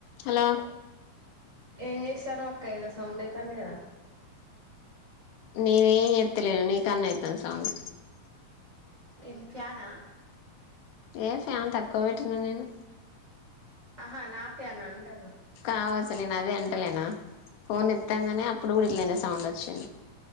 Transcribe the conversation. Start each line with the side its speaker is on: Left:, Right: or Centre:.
Left: Hello
Right: ఏం చేస్తాన్నావ్ అక్క ఏదో సౌండ్ అయితాంది కదా
Left: నేనేం చెత్తలేను, నీకాన్నే అయితుంది సౌండ్.
Right: ఇది ఫ్యానా?
Left: ఏ ఫ్యాన్ తక్కువ పెట్టినా నేను?
Right: అహా నా ఫ్యానా అంటన్నా?
Left: ఔ <unintelligible> నేను అదే అంటలేనా ఫోన్ ఎత్తాంగానే అప్పుడు కూడా ఇట్లనే సౌం సౌండ్ వచ్చింది.